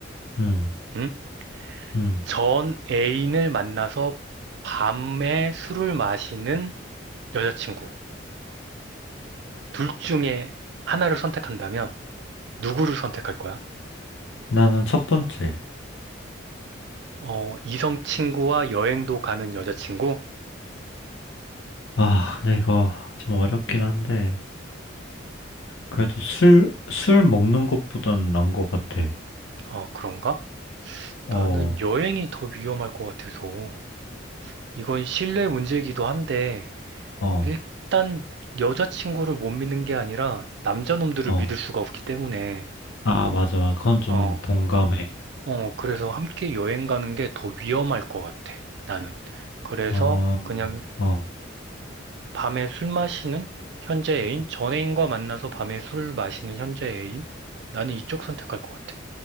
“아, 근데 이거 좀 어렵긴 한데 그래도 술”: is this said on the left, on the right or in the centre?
Left